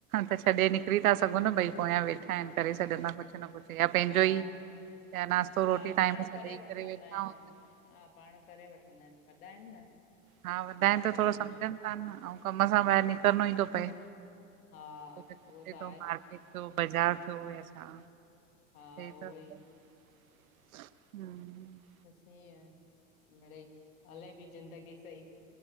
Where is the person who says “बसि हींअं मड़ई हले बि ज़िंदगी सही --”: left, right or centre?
Left